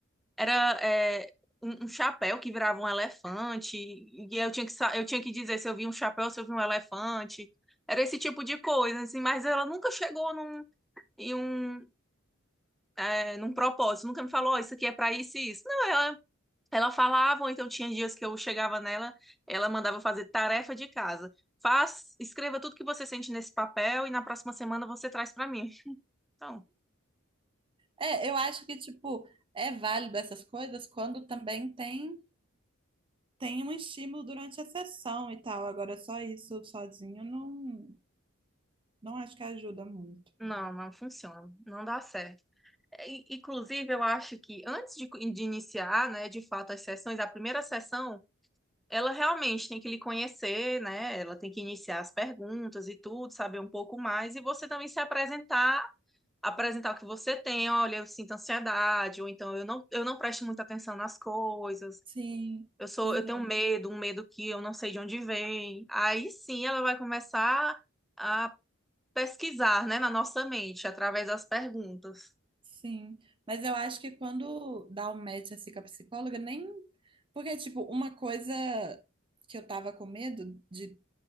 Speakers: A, in the centre; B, on the right (about 25°).
A: Era é, um, um chapéu que virava um elefante, e eu tinha que, sa- eu tinha que dizer se eu vi um chapéu, se eu vi um elefante. Era esse tipo de coisa, assim, mas ela nunca chegou num, em um, é, num propósito, nunca me falou, "Ó, isso aqui é pra isso e isso. Não, ela, ela falava, ou então tinha dias que eu chegava nela, ela mandava fazer tarefa de casa. Faz, escreva tudo que você sente nesse papel e na próxima semana você traz pra mim. Então,
B: É, eu acho que tipo é válido essas coisas quando também tem tem um estímulo durante a sessão e tal. Agora só isso sozinho não não acho que ajuda muito.
A: não, não funciona, não dá certo. Inclusive, eu acho que antes de, de iniciar, né, de fato, as sessões, a primeira sessão, ela realmente tem que lhe conhecer, né? Ela tem que iniciar as perguntas e tudo, saber um pouco mais, e você também se apresentar, apresentar o que você tem, olha, eu sinto ansiedade, ou então eu não, eu não presto muita atenção nas coisas,
B: Sim,
A: eu sou,
B: verdade.
A: eu tenho medo, um medo que eu não sei de onde vem. Aí sim ela vai começar a pesquisar, né, na nossa mente, através das perguntas.
B: Sim. Mas eu acho que quando dá um match assim com a psicóloga, nem. Porque, tipo, uma coisa que eu tava com medo de